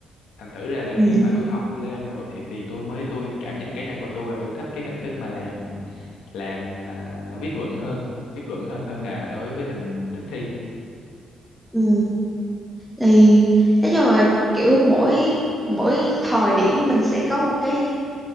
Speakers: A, on the left; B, in the centre.
A: thành thử ra là
B: Ừ.
A: khi mà tôi học lên rồi thì thì tôi mới tôi cảm nhận cá nhân của tôi là tôi thích cái hình thức mà làm làm à, viết luận hơn viết luận hơn hơn là đối với hình thức thi
B: Ừ. Thì nói chung là kiểu mỗi mỗi thời điểm mình sẽ có một cái